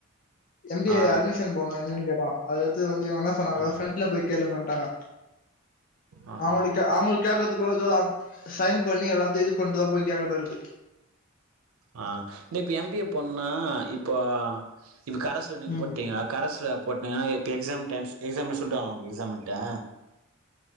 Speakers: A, on the left; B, on the right.
A: எம் பி
B: ஆ
A: ஏ அட்மிஷன் போட்னு எங்கன் கேட்டா அது எட்த்து‌ வ ந்தினியு என்ன சொன்னாங்க
B: ஆ
A: ஃபிரன்ட்ல போய் கேளுங்கன்டாங்க
B: ஆ
A: அவங்கள்ட்ட கே அவுங்கள்க் கே்கற்து கூட இதோ நா சைன் பண்ணி எல்லாத்தையு இது பண்ட்டுதா போய் கேக்கதா இக்குது
B: ஆ நீ இப்ப எம் பி ஏ போன்னா இப்போ இப்ப கரஸ்ல நீங்
A: ம்
B: போட்டீங்க கரஸ்ல போட்டீங்கன்னா இப்ப எக்ஸாம் டைம்ஸ் எக்ஸாம சொல்டுவாங்க எக்ஸாமுன்ட்டு